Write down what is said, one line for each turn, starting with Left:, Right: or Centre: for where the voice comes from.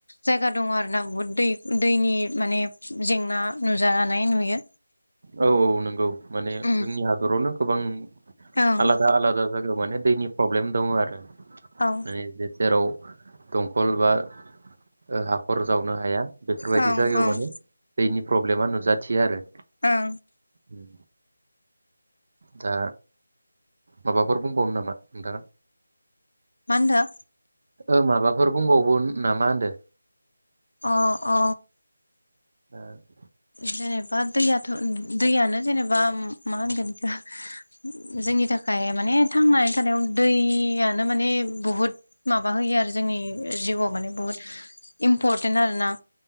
Left: जायगा दङ आरोना बुहुत दै दैनि माने जेंना नुजानाय नुयो।
Right: औ नंगौ औ माने
Left: उम
Right: जोंनि हादरावनो गोबां
Left: ओं
Right: आलादा आलादा जागायाव माने दैनि प्रब्लेम दङ आरो
Left: औ
Right: माने जे से राव दंखल बा ओ हाखर जावनो हाया बेफोरबायदि
Left: ओं
Right: जायगायाव
Left: ओं
Right: माने दैनिफ्राय प्रब्लेमा नुजाथियो आरो
Left: ओं
Right: उम दा माबाफोर बुंबावनो नामा नोंथाङा?
Left: मा होनदों
Right: ओ माबाफोर बुंबावो नामा होनदो
Left: अ अ
Right: <inaudible>
Left: जेनेबा दैयाथ' दैयानो जेनेबा मा होनगोन एखौ जोंनि थाखाय माने थांनानै थानायाव दैयानो माने बुहुत माबा होयो आरो जोंनि जिउआव माने बुहुत इम्परटेन्ट आर ना